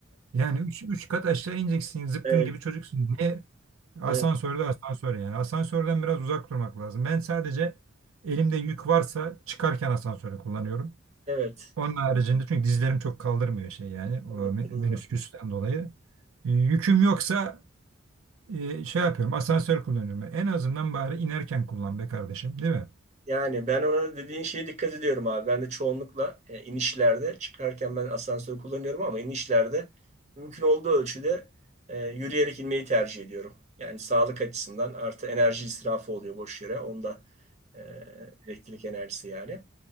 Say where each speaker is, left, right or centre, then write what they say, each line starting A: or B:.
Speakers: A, on the right; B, on the right.
A: Yani üç, üç kat aşağı ineceksin. Zıpkın
B: Evet,
A: gibi çocuksun. Niye? Asansörde
B: evet,
A: asansör yani. Asansörden biraz uzak durmak lazım. Ben sadece elimde yük varsa çıkarken asansörü kullanıyorum.
B: evet,
A: Onun haricinde çünkü dizlerim çok kaldırmıyor şey yani. O
B: evet,
A: me-
B: doğru.
A: menüsküsten dolayı. E, yüküm yoksa e, şey yapıyorum. Asansör kullanıyorum. En azından bari inerken kullan be kardeşim, değil mi?
B: Yani ben ona dediğin şeye dikkat ediyorum abi. Ben de çoğunlukla e, inişlerde çıkarken ben asansör kullanıyorum ama inişlerde mümkün olduğu ölçüde e, yürüyerek inmeyi tercih ediyorum. Yani sağlık açısından artı enerji israfı oluyor boş yere. Onda e, elektrik enerjisi yani.